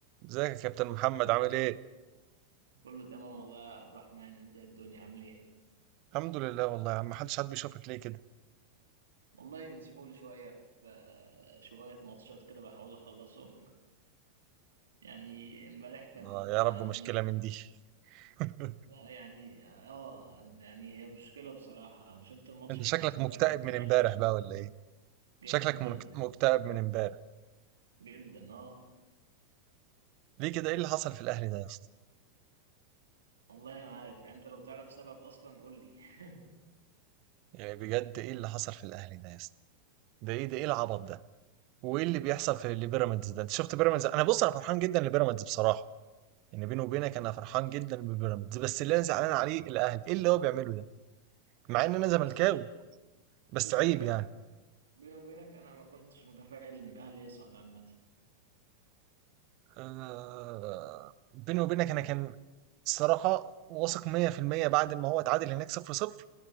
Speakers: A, on the right; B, on the right.
A: ازيك يا كابتن محمد عامل ايه؟
B: كله تمام والله يا عبد الرحمن انت إيه الدنيا عامل ايه
A: الحمد لله والله يا عم محدش حد بيشوفك ليه كده؟
B: والله مسحول شويه في آه، شويه ماتشات كده بحاول اخلصهم يعني امبارح كان
A: آه يا
B: عندنا
A: رب مشكلة من دي <laughs>
B: لا يعني اه يعني هي مشكله بصراحه شفت الماتش
A: انت
B: بتاع
A: شكلك
B: سان
A: مكتئب
B: داونز
A: من
B: امبارح
A: امبارح بقى ولا ايه؟
B: جدا
A: شكلك منك- مكتئب من امبارح
B: جدا اه
A: ليه كده ايه اللي حصل في الاهلي ده يا اسطى؟
B: والله ما عارف يعني انت لو تعرف سبب اصلا قول لي <laughs>
A: يعني بجد ايه اللي حصل في الاهلي ده يا اسطى؟ ده ايه ده ايه العبط ده؟ وايه اللي بيحصل في اللي بيراميدز ده؟ انت شفت بيراميدز انا بص انا فرحان جدا لبيراميدز بصراحة يعني بيني وبينك انا فرحان جدا ببيراميدز بس اللي انا زعلان عليه الاهلي ايه اللي هو بيعمله ده؟ مع ان انا
B: طب
A: زملكاوي
B: بص بي-
A: بس
B: بيني
A: عيب
B: وبينك
A: يعني
B: بيني وبينك انا ما كنتش متفائل ان الاهلي يصعد عامه
A: آه بيني وبينك انا كان الصراحة واثق 100% بعد ما هو اتعادل هناك 0-0